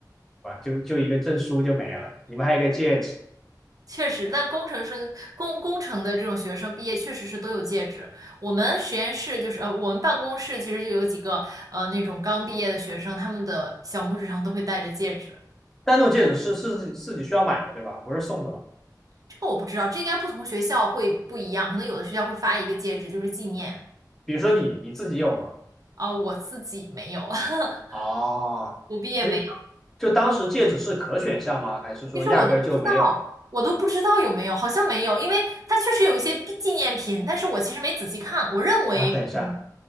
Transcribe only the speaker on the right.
确实，但工程生工工程的这种学生毕业确实是都有戒指。我们实验室就是呃，我们办公室其实就有几个呃那种刚毕业的学生，他们的小拇指上都会戴着戒指。
这个我不知道，这应该不同学校会不一样，可能有的学校会发一个戒指就是纪念
啊，我自己没有，<laughs>
我毕业没有。
其实我都不知道，我都不知道有没有，好像没有，因为它确实有一些纪念品，但是我其实没仔细看，我认为可能